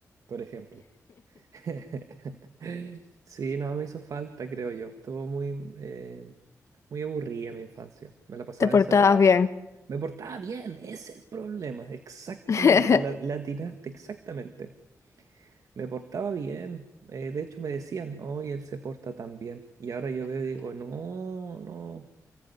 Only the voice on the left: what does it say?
Te portabas
bien.
<laughs>